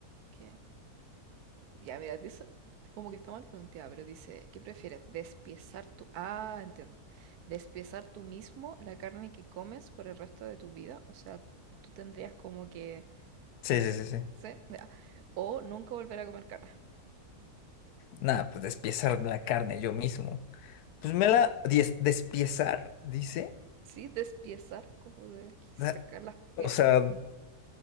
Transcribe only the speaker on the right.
¿qué? Ya, mira, dice, como que está mal planteada, pero dice, ¿qué prefieres? ¿Despiezar tu... Ah, entiendo. ¿Despiezar tú mismo la carne que comes por el resto de tu vida? O sea, tú tendrías como que,
no sé,
sé, ya, o nunca volver a comer carne.
Sí, despiezar, como de sacar
las
piezas.